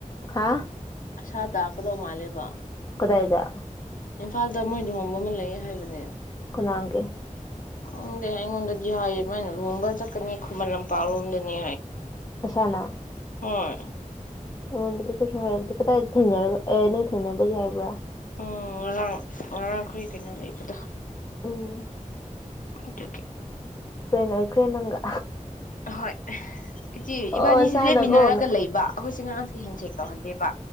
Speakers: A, on the left; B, on the left.
A: ꯍꯥꯥ
B: ꯑꯁꯥ ꯇꯥꯛꯀꯗꯧ ꯃꯥꯂꯦꯕ
A: ꯀꯗꯥꯏꯗ
B: ꯏꯝꯐꯥꯜꯗ ꯃꯣꯏ ꯂꯨꯍꯣꯡꯕ ꯑꯃ ꯂꯩ ꯍꯥꯏꯕꯅꯦ
A: ꯀꯅꯥꯒꯤ
B: ꯈꯪꯗꯦ ꯑꯩꯉꯣꯟꯗꯗꯤ ꯍꯥꯢꯌꯦ ꯑꯗꯨꯃꯥꯏꯅ ꯂꯨꯍꯣꯡꯕ ꯆꯠ ꯆꯠꯀꯅꯤ ꯈꯨꯃꯟ ꯂꯝꯄꯥꯛꯔꯣꯝꯗꯅꯤ
A: ꯑꯁꯥꯅ
B: ꯍꯣꯏ
A: ꯑꯩꯉꯣꯟꯗꯗꯤ ꯀꯩꯁꯨ ꯍꯥꯏꯔꯝꯗꯦ ꯀꯗꯥꯏ ꯊꯦꯡꯅꯔꯒ ꯑꯦ ꯅꯣꯏ ꯊꯦꯡꯅꯕꯒꯤ ꯍꯥꯏꯕ꯭ꯔꯥ
B: ꯎꯝ ꯉꯔꯥꯡ ꯉꯔꯥꯡꯑꯩꯈꯣꯏ ꯀꯩꯅꯣ ꯂꯩꯕꯗꯣ
A: ꯎꯝ
B: ꯑꯗꯨꯒꯤ
A: ꯐ꯭ꯔꯦꯟ ꯑꯣꯏꯈ꯭ꯔꯦ ꯅꯪꯒ
B: ꯍꯣꯏ ꯏꯆꯦ
A: ꯑꯣ
B: ꯏꯕꯥꯅꯤꯁꯦ
A: ꯅꯁꯥꯅꯀꯣ
B: ꯂꯦꯞꯃꯤꯟꯅꯔꯒ ꯂꯩꯕ ꯑꯩꯈꯣꯏꯁꯦ ꯉꯥꯔꯥꯡꯁꯦ ꯍꯦꯟꯁꯦꯛ ꯇꯧꯍꯟꯗꯦꯕ